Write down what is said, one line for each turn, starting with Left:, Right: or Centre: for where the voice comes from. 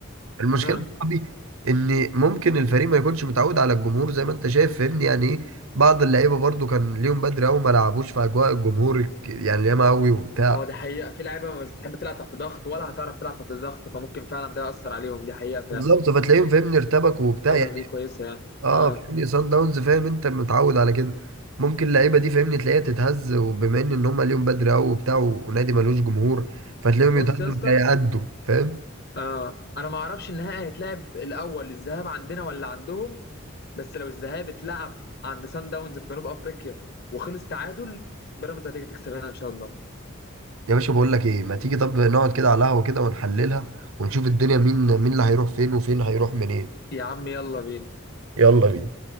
Right: المشكلة
Left: اه
Right: يا صاحبي ان ممكن الفريق ما يكونش متعود على الجمهور زي ما انت شايف فاهمني يعني ايه بعض اللعيبة برضو كان ليهم بدري قوي ما لعبوش في اجواء الجمهور الك- يعني ياما قوي وبتاع
Left: ما هو دي حقيقه في لعيبه مش بتحب تلعب تحت ضغط ولا هتعرف تلعب تحت ضغط فممكن فعلا ده ياثر عليهم دي حقيقه فعلا
Right: بالظبط فتلاقيهم فاهمني ارتبك وبتاع
Left: النقطه
Right: يعني
Left: دي كويسه يعني
Right: اه
Left: اه
Right: فاهمني سان داونز فاهم انت متعود على كده ممكن اللعيبه دي فاهمني تلاقيها تتهز وبما ان ان هم ليهم بدري قوي وبتاع ونادي ملوش جمهور فتلاقيهم
Left: بص
Right: يتهزوا
Left: يا اسطى
Right: مش هيأدوا فاهم
Left: آه. انا ما اعرفش النهائي هيتلعب الاول الذهاب عندنا ولا عندهم بس لو الذهاب اتلعب عند سان داونز في جنوب افريقيا وخلص تعادل بيراميدز هتيجي تكسب هنا ان شاء الله
Right: يا باشا بقول لك ايه ما تيجي طب نقعد كده على قهوه كده ونحللها ونشوف الدنيا مين مين اللي هيروح فين وفين هيروح منين
Left: يا عم يلا بينا
Right: يلا بينا